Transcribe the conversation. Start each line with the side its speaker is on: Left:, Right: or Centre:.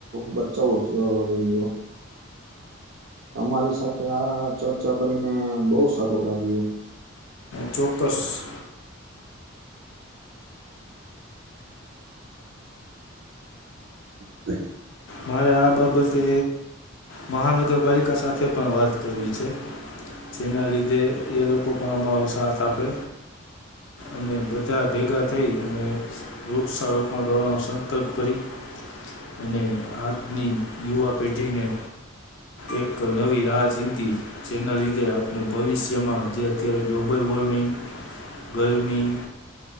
Right: બચાવવોજ રહીયો. તમારી સાથે આ ચર્ચા કરીને બહુ સારું લાગ્યું.
Left: ચોક્કસ.
Right: <inaudible>
Left: મારે આ બાબતે મહાનગરપાલિકા સાથે પણ વાત કરવી છે. જેના લીધે એ લોકો પણ અમારો સાથ આપે. અને બધા ભેગા થઈ અને વૃક્ષક્ષારોપણ કરવાનો સંકલ્પ કરી. અને આજની યુવા પેઢીને એક નવી રાજનીતિ જેના લીધે આપણે ભવિષ્યમાં જે અત્યારે ગ્લોબલ વોર્મિંગ ગરમી.